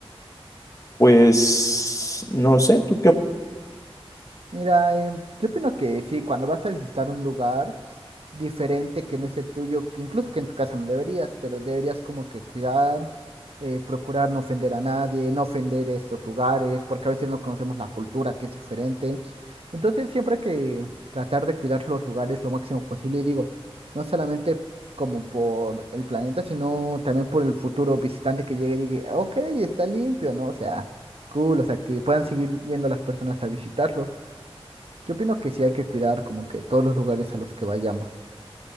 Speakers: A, on the left (about 30°); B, on the right (about 70°).
A: pues no sé, ¿tú qué? op-
B: Mira, em, yo opino que sí, cuando vas a visitar un lugar, diferente que no es el tuyo, que incluso que en tu casa no deberías, pero deberías como que cuidar, eh, procurar no ofender a nadie, no ofender estos lugares, porque a veces no conocemos la cultura que es diferente. Entonces siempre hay que tratar de cuidar los lugares lo máximo posible y digo, no solamente como por el planeta, sino también por el futuro visitante que llegue y diga, ok, está limpio, ¿no? O sea, cool, o sea, que puedan seguir yendo las personas a visitarlos. Yo opino que sí hay que cuidar como que todos los lugares a los que vayamos.